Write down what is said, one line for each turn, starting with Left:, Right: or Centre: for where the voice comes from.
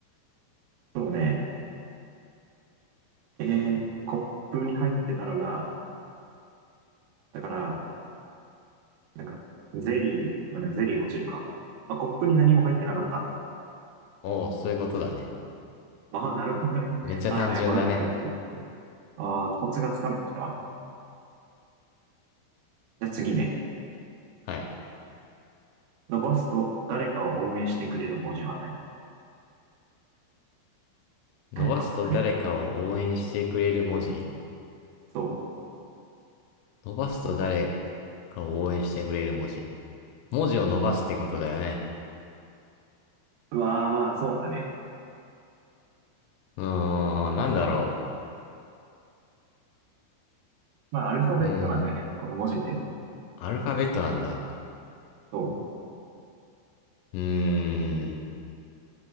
Right: そうね。えー、コップに入ってたのが、だから、なんか、ゼリー、まあ、でもゼリー落ちるか。まあ、コップに何も入ってなかった。
Left: おお、そういうことだね。
Right: ああ、なるほどね。
Left: めっちゃ単純だね。
Right: <laughs> はいはい、分かってきた、こちら。ああ、コツがつかめてきたわ。じゃあ次ね。
Left: はい。
Right: 伸ばすと、誰かを応援してくれる文字は何
Left: 伸ばすと誰かを応援してくれる文字
Right: <laughs> これそう。
Left: 伸ばすと誰かを応援してくれる文字。文字を伸ばすってことだよね。
Right: うわあまあ、そうだね。
Left: うーん、なんだろ
Right: まあ、アルファベットなんだよね。
Left: う。うーん、
Right: この文字ってのは。
Left: アルファベットなんだ。
Right: そ
Left: うーん、